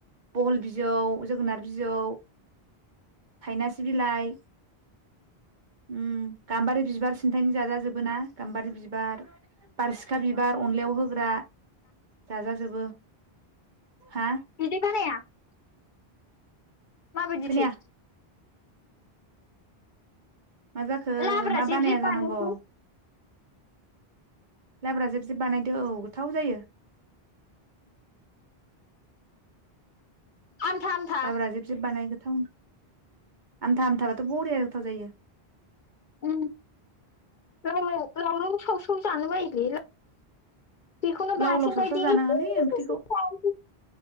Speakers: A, on the right; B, on the left.
A: बहल बिजौ जोगोनार बिजौ। थाइनासे बिलाइ। उम गाम्बारि बिबार सिन्थाय जाजाजोबो ना गाम्बारि बिबार बारसिखा बिबार अनलायाव होग्रा जाजाजोबो हा
B: <unintelligible> माबादि
A: खोनाया
B: थो?
A: मा जाखो
B: लाब्रा
A: मा
B: जेब
A: बानाया
B: जेब
A: जानांगौ।
B: बानायसै
A: लाब्रा जेब जेब बानायदो औ गोथाव जायो।
B: आमथा आमथा
A: लाब्रा जेब जेब बानाय गोथावनो आमथा आमथाबाथ' बरिया गोथाव जायो।
B: औ। राव रावलाव साव साव जानो बायोलै। बेखौनो बाथोन
A: लाव लाव सावसाव
B: बायदि
A: जानाङालै
B: एसे
A: ओंख्रिखौ
B: एसे जायो।